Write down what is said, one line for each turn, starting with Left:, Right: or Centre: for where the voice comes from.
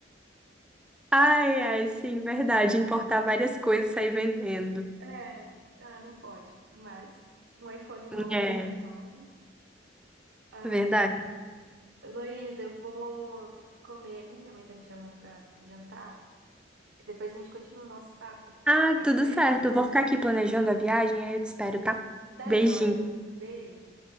Centre: Ai, ai, sim, verdade. Importar várias coisas e sair vendendo.
Right: É, ah, não pode. Mas um iPhone novo
Centre: É,
Right: trocado. Ai,
Centre: verdade.
Right: ai. Luiz, eu vou comer ali. Minha mãe tá me chamando pra jantar. Depois a gente continua o nosso papo.
Centre: Ah,
Right: Pode
Centre: tudo
Right: ser?
Centre: certo. Eu vou ficar aqui planejando a viagem, aí eu te espero, tá?
Right: Tá
Centre: Beijinho.
Right: joia. Beijo.